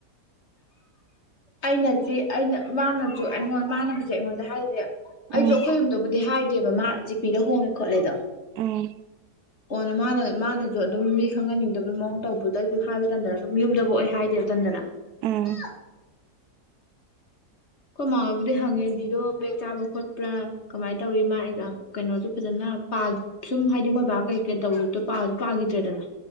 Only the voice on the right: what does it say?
ꯎꯝ
ꯎꯝ
ꯎꯝ